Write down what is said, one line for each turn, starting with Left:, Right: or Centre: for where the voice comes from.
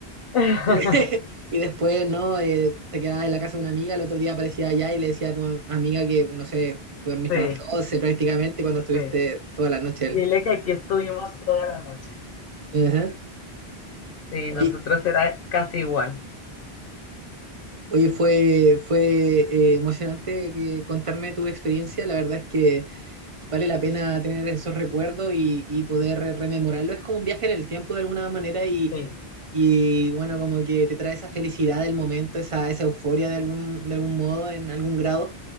Left: <laughs>
Right: <laughs> Y después, ¿no? Eh, te quedabas en la casa de una amiga, el otro día aparecía allá y le decía a tu am- amiga que, no sé, te dormiste
Left: Sí,
Right: a las 12 prácticamente cuando estuviste
Left: sí.
Right: toda la noche.
Left: Dile que aquí estuvimos toda la noche.
Right: el- Ajá.
Left: Sí,
Right: Oye,
Left: nosotros era casi igual.
Right: oye, fue, fue eh, emocionante que contarme tu experiencia. La verdad es que vale la pena tener esos recuerdos y, y poder re- rememorarlo. Es como un viaje en el tiempo de alguna manera y,
Left: Sí,
Right: y, bueno, como que te trae esa felicidad del momento, esa, esa euforia de algún, de algún modo, en algún grado.